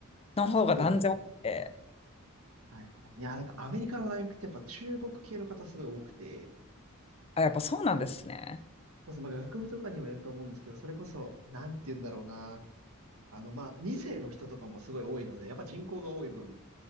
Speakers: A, on the left; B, on the right.
A: の方が断然多くて、
B: そうです。はいはいはい。いや、なんかアメリカの大学ってやっぱ中国系の方すごい多くて、
A: あ、やっぱそうなんですね。
B: まず、まあ、学部とかにもよると思うんですけど、それこそ、なんて言うんだろうな。あの、まあ、2世の人とかもすごい多いので、やっぱ人口が多い分、